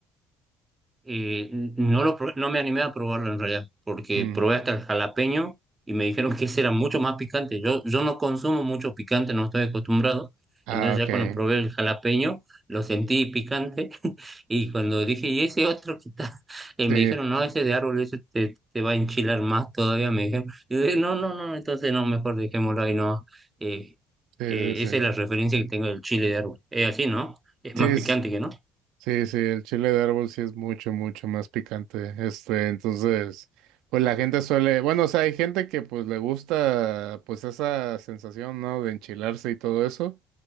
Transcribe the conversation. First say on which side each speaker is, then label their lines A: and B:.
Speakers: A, on the right (about 15°); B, on the right (about 85°).
A: Eh, no lo probé- no me animé a probarlo en realidad, porque
B: Mm.
A: probé hasta el jalapeño y me dijeron que ese era mucho más picante. Yo, yo no consumo mucho picante, no estoy acostumbrado.
B: Ah,
A: Entonces
B: ok.
A: ya cuando probé el jalapeño, lo sentí picante. <laughs> Y cuando dije, ¿y ese otro que está? <laughs> Eh,
B: Sí,
A: me dijeron, no, ese de árbol, ese te, te va a enchilar más todavía, me dijeron. Y dije, no, no, no, entonces no, mejor dejémoslo ahí, no. Eh,
B: sí,
A: eh,
B: sí, sí.
A: esa es la referencia que tengo del chile de árbol. Es así, ¿no? Es
B: Sí,
A: más picante que no.
B: Sí, sí, el chile de árbol sí es mucho, mucho más picante. Este, entonces, pues la gente suele, bueno, o sea, hay gente que pues le gusta pues esa sensación, ¿no? De enchilarse y todo eso,